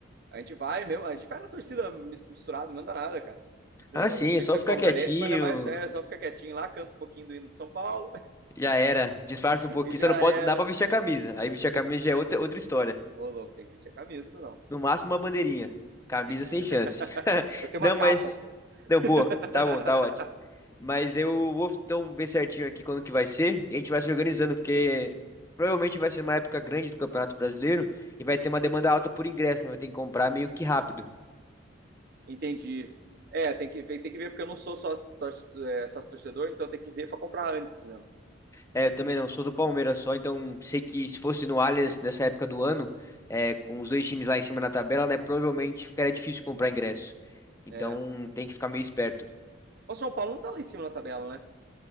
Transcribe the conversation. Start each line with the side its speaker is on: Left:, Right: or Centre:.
Right: A gente vai mesmo, a gente vai na torcida mis- misturado, não dá nada, cara. Tipo,
Left: Ah, sim,
Right: eu sei
Left: é só
Right: que você
Left: ficar
Right: é palmeirense,
Left: quietinho,
Right: mas não vai ser, só fica quietinho lá, canta um pouquinho do hino do São Paulo
Left: já era, disfarça
Right: <laughs>
Left: um pouquinho,
Right: e já
Left: só não pode,
Right: era.
Left: dá pra vestir a camisa. Aí vestir a camisa já é outra, outra história.
Right: Ô, louco, tem que vestir a camisa, não.
Left: No máximo uma bandeirinha, camisa sem
Right: <laughs>
Left: chance. <laughs>
Right: Eu tenho
Left: Não,
Right: uma capa,
Left: mas,
Right: pô. <laughs>
Left: não, boa, tá bom, tá ótimo. Mas eu vou então ver certinho aqui quando que vai ser e a gente vai se organizando, porque provavelmente vai ser uma época grande do Campeonato Brasileiro e vai ter uma demanda alta por ingresso, né? Vai ter que comprar meio que rápido.
Right: Entendi. É, tem que ver, tem que ver porque eu não sou só sócio, é, sócio torcedor, então tem que ver para comprar antes, né?
Left: É, eu também não sou do Palmeiras só, então sei que se fosse no Allianz nessa época do ano, é, com os dois times lá em cima na tabela, né? Provavelmente ficaria difícil comprar ingresso. Então
Right: É.
Left: tem que ficar meio esperto.
Right: Mas o São Paulo não tá lá em cima na tabela, né?